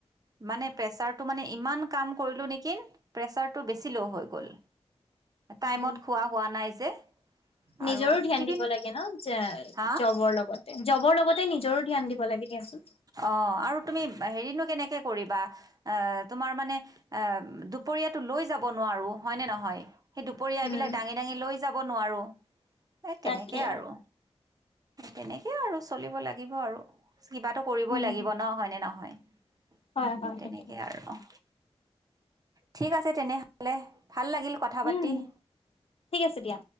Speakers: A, on the right (about 35°); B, on the left (about 60°).
A: মানে প্ৰেচাৰ টো মানে ইমান কাম কৰিলো নেকি প্ৰেচাৰটো বেছি ল' হৈ গ'ল।
B: উম
A: টাইমত খোৱা হোৱা নাই যে আৰু
B: নিজৰো ধ্যান
A: টিফিন
B: দিব লাগে ন
A: হা
B: জবৰ লগতে জবৰ লগতে নিজৰো ধ্যান দিব লাগে দিয়চোন
A: অঁ আৰু তুমি হেৰিনো কেনেকে কৰিবা এ তোমাৰ মানে এ দুপৰীয়াটো লৈ যাব নোৱাৰো হয়নে নহয়। সেই দুপৰীয়া এইবিলাক
B: উম
A: দাঙি দাঙি লৈ যাব নোৱাৰো এ
B: তাকে
A: তেনেকেই আৰু তেনেকেই আৰু চলিব লাগিব আৰু কিবাটো কৰিবই
B: উম
A: লাগিব ন হয়নে নহয়
B: হয়
A: সেই
B: হয়
A: তেনেকে
B: সেইটো
A: আৰু অঁ ঠিক আছে তেনেহলে। ভাল লাগিল কথা পাতি
B: উম ঠিক আছে দিয়া